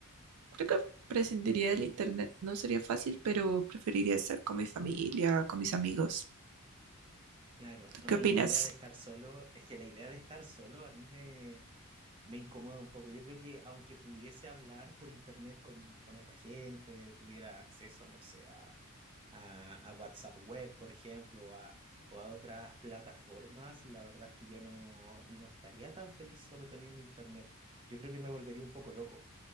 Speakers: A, on the right (about 75°); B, on the right (about 25°).
A: Creo que prescindiría del internet. No sería fácil, pero preferiría estar con mi familia, con mis amigos.
B: claro,
A: ¿Tú
B: no,
A: qué opinas?
B: y la idea de estar solo, es que la idea de estar solo a mí me, me incomoda un poco. Yo creo que aunque pudiese hablar por internet con, con otra gente, tuviera acceso, no sé, a, a, a WhatsApp Web, por ejemplo, o a, o a otras plataformas, la verdad es que yo no, no estaría tan feliz solo teniendo internet. Yo creo que me volvería un poco loco.